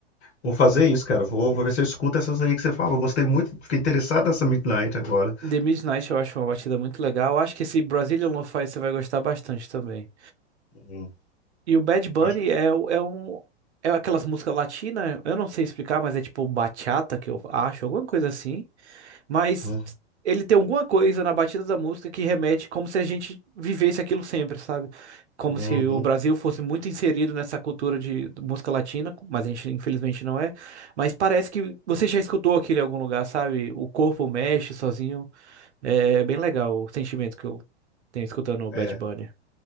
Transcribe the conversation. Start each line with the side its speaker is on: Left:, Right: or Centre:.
Left: vou fazer isso, cara. Vou, vou ver se eu escuto essas aí que você falou. Gostei muito, fiquei interessado nessa Midnight agora.
Right: The Midnight eu acho uma batida muito legal. eu Acho que esse Brazilian Lo-Fi você vai gostar bastante também.
Left: Uhum.
Right: E o Bad Bunny
Left: Acho que...
Right: é, o- é um. É aquelas músicas latinas, eu não sei explicar, mas é tipo bachata que eu acho, alguma coisa assim. Mas
Left: Uhum.
Right: ele tem alguma coisa na batida da música que remete como se a gente vivesse aquilo sempre, sabe? Como
Left: Uhum.
Right: se o Brasil fosse muito inserido nessa cultura de música latina, mas a gente infelizmente não é. Mas parece que você já escutou aquilo em algum lugar, sabe? O corpo mexe sozinho. É, é bem legal o sentimento que eu tenho escutando o Bad
Left: É.
Right: Bunny.